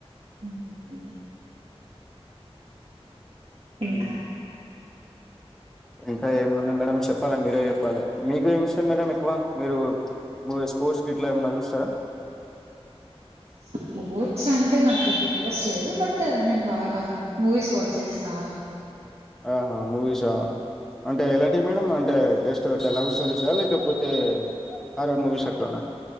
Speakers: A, on the right; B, in the centre.
A: ఉమ్మ్ హు. ఇంకా.
B: ఉమ్ ఇంకా ఏమున్నాయి మేడం చెప్పాలె మీరే చెప్పాలి. మీకు ఏమి ఇష్టం మేడం ఎక్కువ మీరు. మూవీస్ స్పోర్ట్స్ గిట్ల ఏమైనా చూస్తారా.
A: స్పోర్ట్స్ అంటే నాకు పెద్ద ఇంట్రెస్ట్ లేదు బట్ నేను బాగా మూవీస్ వాచ్చేస్తా.
B: ఆహ్ మూవీసా. అంటే ఎలాంటివి మేడం అంటే వేస్ట్ ఇట్లా లవ్ స్టోరీసా లేకపోతే. హర్రర్ మూవీస్ పెట్టుకొనా.